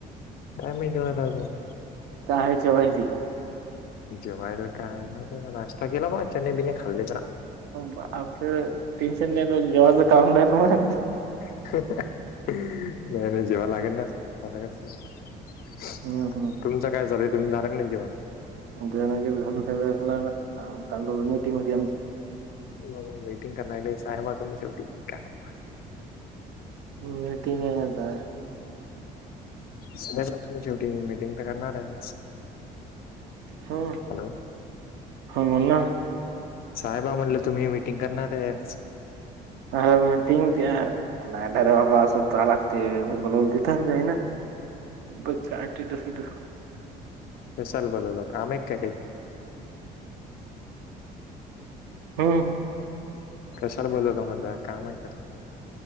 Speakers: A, on the left (about 60°); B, on the right (about 85°).
A: काय नाही घेऊला अजून
B: काहायचे वहिती
A: जेवायला काय ना नाश्ता केला बबा जरा चणे बिणे खाल्ले जर
B: बाप टेन्शन नाही जेवाचं काम नाही ना म
A: <unintelligible> नाही नाही जेवाय लागेल ना <unintelligible>
B: हम्म हम्म
A: तुमचं काय चालय तुम्ही झाारंग नाही जीवन
B: <unintelligible> चाल्लो मि मिटंग मध्ये आमच्या
A: हो मिटिंग करणारला सायब हाय तुम्ही शेवटी काय-
B: मीटिंगाय आता
A: सायब हा तुम्ही शेवटी मिटिंग तर करणारच
B: ह
A: हॅलो
B: हा बोल ना
A: साहेबा म्हटलं तुम्ही मीटिंग करणारच
B: हा मिटींग <unintelligible> नाही नाही अरे बाबा असं जाया लागतय बोलवल तिथ जाईना बचा आठे <unintelligible>
A: कशाला बोलवला होता कामेक काय
B: हम
A: कशला बोलावलां म्हंटला कामय का